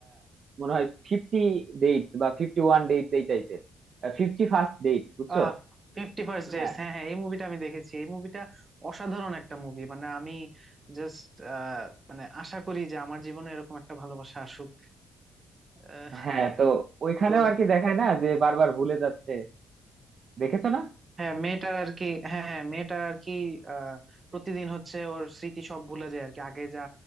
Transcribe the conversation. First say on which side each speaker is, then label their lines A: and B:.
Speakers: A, on the right; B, on the right.
A: মনে হয় ফিফটি ডেটস বা ফিফটি ওয়ান ডেটস এই টাইপের ফিফটি ফার্স্ট ডেটস বুঝছো
B: আহ ফিফটি ফার্স্ট ডেটস
A: হ্যাঁ
B: হ্যাঁ হ্যাঁ এই মুভিটা আমি দেখেছি এই মুভিটা অসাধারণ একটা মুভি মানে আমি জাস্ট মানে আশা করি যে আমার জীবনে এরকম একটা ভালোবাসা আসুক আহ,
A: হ্যাঁ তো ওইখানেও
B: তো
A: আর কি দেখায় না যে বারবার ভুলে যাচ্ছে দেখেছো না
B: হ্যাঁ মেয়েটার আর কি হ্যাঁ হ্যাঁ মেয়েটার আর কি আহ প্রতিদিন হচ্ছে ওর স্মৃতি সব ভুলে যায় আর কি আগে যা